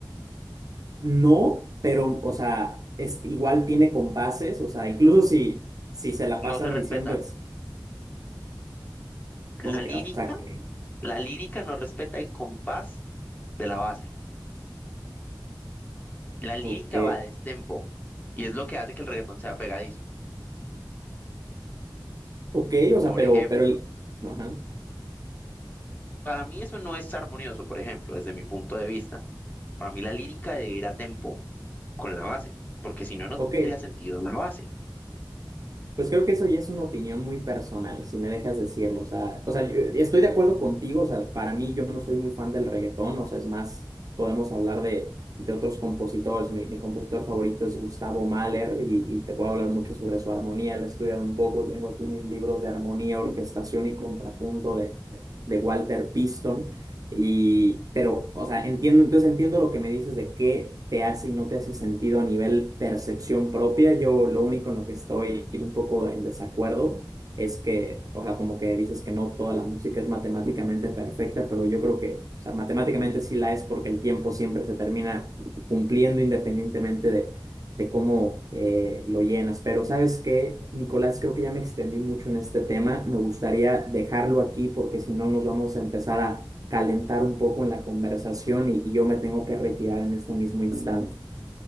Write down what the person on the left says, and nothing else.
No se respetan.
La
lírica,
la lírica no respeta el compás de la base. La lírica
va a destempo y es lo que hace que el reggaetón sea pegadizo.
Por
ejemplo,
para mí eso no es armonioso, por ejemplo, desde mi punto de vista. Para mí la lírica debe ir a tempo con la base, porque si no, no
tendría sentido la base.